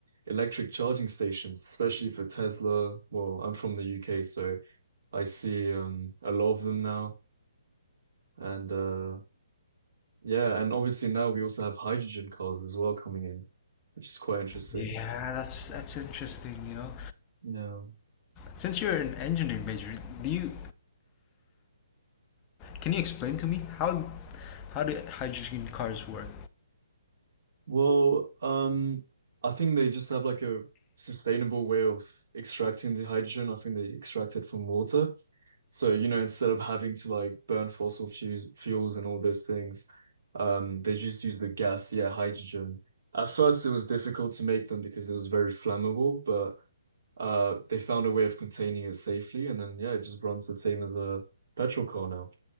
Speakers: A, on the right; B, on the left.
A: electric charging stations, especially for Tesla. Well, I'm from the UK, so I see um, a lot of them now. And uh, yeah, and obviously now we also have hydrogen cars as well coming in, which is quite interesting.
B: Yeah, that's that's interesting, you know.
A: Yeah.
B: Since you're an engineering major, do you Can you explain to me how how do hydrogen cars work?
A: Well, um, I think they just have like a sustainable way of extracting the hydrogen. I think they extract it from water. So, you know, instead of having to like burn fossil fu fuels and all those things, um, they just use the gas, yeah, hydrogen. At first, it was difficult to make them because it was very flammable, but uh, they found a way of containing it safely, and then yeah, it just runs the same as a petrol car now.